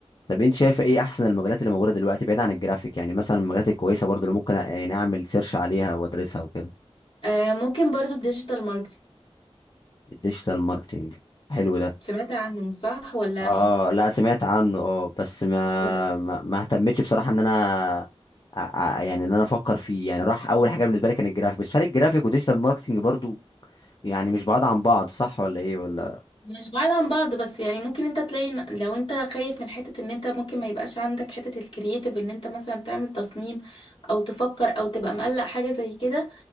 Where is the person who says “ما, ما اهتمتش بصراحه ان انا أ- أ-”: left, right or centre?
Left